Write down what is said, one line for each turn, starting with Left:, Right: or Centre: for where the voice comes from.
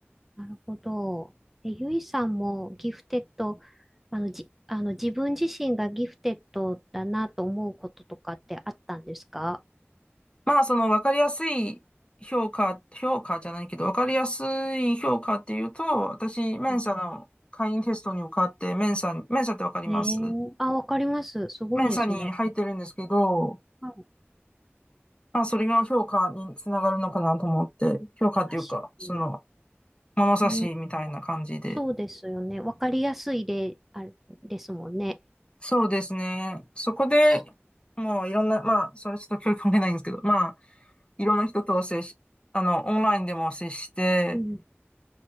Centre: なるほど。え、ゆいさんもギフテッド、あの、じ、あの、自分自身がギフテッドだなと思うこととかってあったんですか
Left: まあ、その分かりやすい評価、評価じゃないけど、分かりやすい評価っていうと、私、メンサの会員テストに受かって、
Centre: うん
Left: メンサ、メンサって分かります
Centre: えー、あ、わかります。すごいですね。
Left: メンサに入ってるんですけど、
Centre: はい、
Left: まあ、それが評価につながるのかなと思って、評価っていうか、
Centre: 確かに。
Left: その、物差しみたいな感じで。
Centre: うん、そうですよね。わかりやすいで、あれですもんね。
Left: そうですね。そこで、
Centre: そ
Left: もういろんな、まあ、それちょっと教育関係ないんですけど、まあ、いろんな人と接し、あの、オンラインでも接して、
Centre: うん、